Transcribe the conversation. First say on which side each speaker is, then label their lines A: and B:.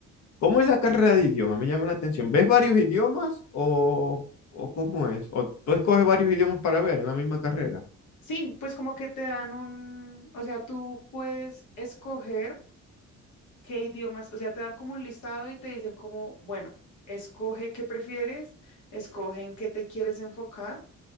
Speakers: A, on the left; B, on the left.
A: ¿Cómo es la carrera de idiomas? Me llama la atención. ¿Ves varios idiomas o, o cómo es? ¿O tú escoges varios idiomas para ver en la misma carrera?
B: Sí, pues como que te dan un, o sea, tú puedes escoger qué idiomas, o sea, te dan como un listado y te dicen como, bueno, escoge qué prefieres, escoge en qué te quieres enfocar